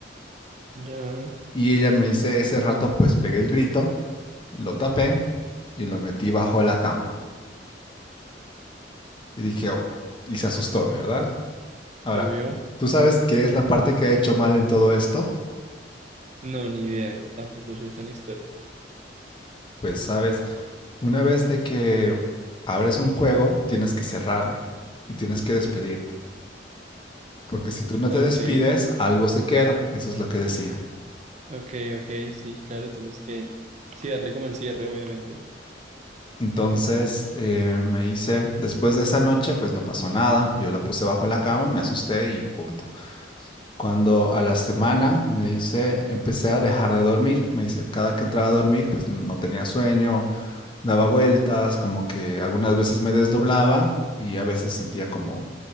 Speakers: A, on the right; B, on the left.
A: ya,
B: Y ella me dice, ese rato pues pegué el grito, lo tapé y lo metí bajo la cama. Y dije, oh, y se asustó, ¿verdad? Ahora,
A: ¿lo vio?
B: ¿tú sabes qué es la parte que ha hecho mal en todo esto?
A: No, ni idea, tampoco soy tan experto.
B: Pues sabes, una vez de que abres un juego, tienes que cerrarlo y tienes que despedirte. Porque si tú no
A: Ok,
B: te despides, algo se queda. Eso es lo que decía.
A: ok, ok, sí, claro, tienes que, sí, darle como el cierre, obviamente.
B: Entonces eh, me dice, después de esa noche, pues no pasó nada. Yo lo puse bajo la cama, me asusté y punto. Cuando a la semana me dice, empecé a dejar de dormir. Me dice, cada que entraba a dormir, pues no tenía sueño, daba vueltas, como que algunas veces me desdoblaba y a veces sentía como,